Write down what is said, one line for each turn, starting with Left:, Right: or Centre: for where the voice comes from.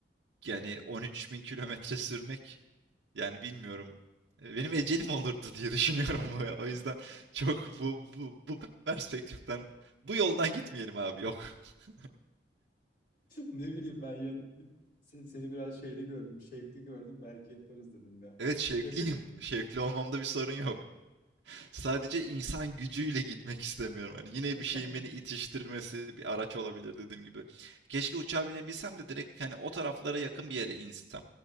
Right: yani 13 bin kilometre sürmek yani bilmiyorum. Eee, benim ecelim olurdu diye <laughs> düşünüyorum
Left: <laughs>
Right: bu. ya. O yüzden çok bu bu bu perspektiften, bu yoldan gitmeyelim abi, yok. <laughs>
Left: Ne bileyim ben yan, se- seni biraz şeyli gördüm, şevkli gördüm. Belki yaparız dedim ya.
Right: Evet şevkliyim.
Left: Ya çünkü
Right: Şevkli olmamda bir sorun yok. Sadece insan gücüyle gitmek istemiyorum. Hani yine
Left: <laughs>
Right: bir şeyin beni itiştirmesi bir araç olabilir dediğim gibi. Keşke uçağa binebilsem de direkt hani o taraflara yakın bir yere insem.